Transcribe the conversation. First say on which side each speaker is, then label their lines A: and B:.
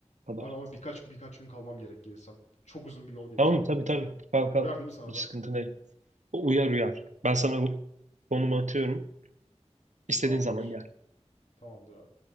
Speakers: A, on the right (about 85°); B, on the left (about 70°).
A: kadar.
B: Abi ama birkaç birkaç gün kalmam gerek gelirsem. Çok uzun bir yol geleceğim.
A: Tamam mı? Tabii tabii. Kalk kalk.
B: Uyar değil mi sana
A: Hiç
B: da?
A: sıkıntı değil. Uyar uyar. Ben sana bu konumu atıyorum. İstediğin
B: Tamamdır.
A: zaman gel.
B: Tamamdır abi.